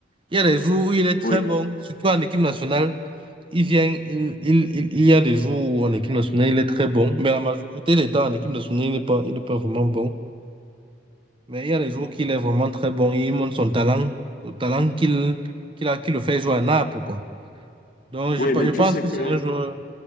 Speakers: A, on the right; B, on the left.
A: Il y a des jours où il est très
B: Oui,
A: bon, surtout en équipe nationale. Il vient, il, il, il- il y a des jours où en équipe nationale, il est très bon, mais la majorité des temps en équipe nationale, il n'est pas, il n'est pas vraiment bon. Mais il y a des jours qu'il est vraiment très bon, il montre son talent, le talent qu'il qu'il a, qui le fait jouer à Naples, quoi. Donc, je,
B: oui,
A: pe-
B: mais
A: je pense
B: tu sais
A: que
B: que,
A: c'est un joueur,